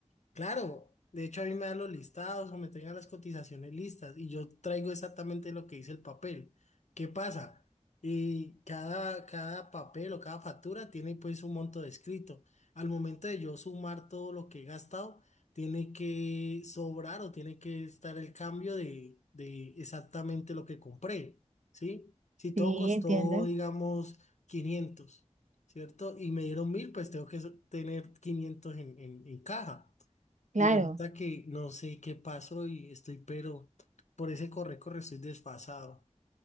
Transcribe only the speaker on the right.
Sí,
entiendo.
Claro.